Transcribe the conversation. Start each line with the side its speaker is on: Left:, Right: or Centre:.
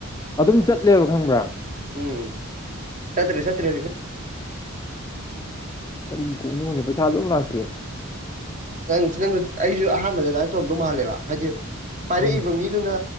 Left: ꯑꯗꯨꯝ ꯆꯠꯂꯦꯕ ꯈꯪꯕ꯭ꯔꯥ
Right: ꯎꯝ ꯆꯇ ꯁꯇꯇ꯭ꯔ
Left: ꯀꯔꯤ ꯀꯣꯛꯅꯣꯣꯦ ꯄꯩꯁꯥꯁꯨ ꯂꯥꯛꯇ꯭ꯔꯦ
Right: ꯅꯪ ꯅꯪ ꯑꯩꯁꯨ ꯑꯍꯥꯟꯕꯗ ꯑꯗꯨꯃꯥꯏꯅ ꯇꯧꯔꯝꯗꯧ ꯃꯥꯜꯂꯦꯕ ꯍꯥꯏꯗꯤ ꯄꯥꯏꯔꯛꯏꯕ
Left: ꯎꯝ
Right: ꯃꯤꯗꯨꯅ